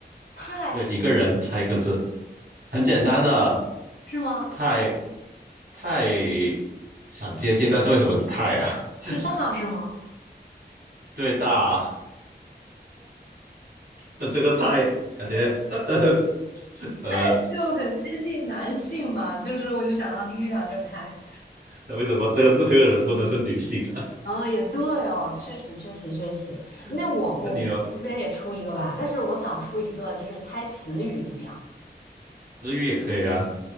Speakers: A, on the left (about 80°); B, on the right (about 70°).
A: 太
B: 对，一个人猜一个字，很简单的，
A: 是吗？
B: 太太想接近，但是为什么是太啊？<laughs>
A: 是大是吗？
B: 对大，那这个太感觉呃呃呃
A: <laughs> 就很接近男性嘛，就是我就想到第一想就是胎。
B: 那为什么这个这个人不能是女性啊？
A: 哦，也对哦，确实，确实，确实。那我我我这边也出一个吧，
B: <laughs> 那你有
A: 但是我想出一个，就是猜词语怎么样？
B: 日语也可以啊，